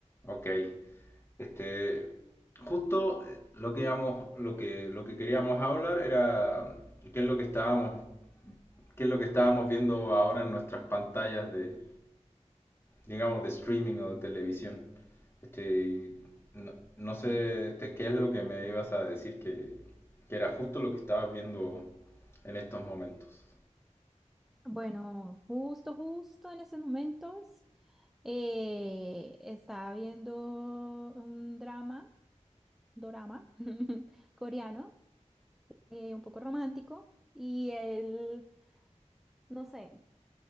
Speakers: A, on the left; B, in the centre.
A: Ok, este, justo eh, lo que íbamos, lo que, lo que queríamos hablar era qué es lo que estábamos, qué es lo que estábamos viendo ahora en nuestras pantallas de, digamos, de streaming o de televisión. Este, y no, no sé, este, qué es lo que me ibas a decir que, que era justo lo que estabas viendo en estos momentos.
B: Bueno, justo, justo en estos momentos eh, estaba viendo un drama, dorama <laughs> coreano, eh, un poco romántico y él, no sé,